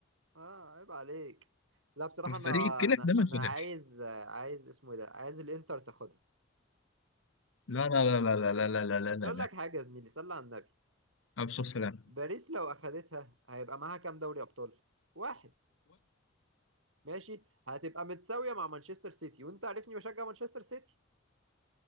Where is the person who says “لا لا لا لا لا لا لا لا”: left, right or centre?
Left